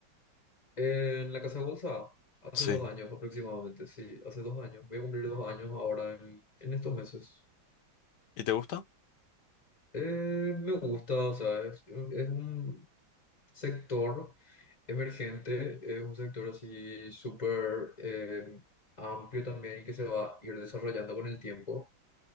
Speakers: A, on the left; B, on the left.
A: En la casa de bolsa, hace
B: Sí.
A: dos años aproximadamente, sí, hace dos años. Voy a cumplir dos años ahora en en estos meses.
B: ¿Y te gusta?
A: Eh, me gusta, o sea, es, es un sector emergente, es un sector así súper eh, amplio también y que se va a ir desarrollando con el tiempo,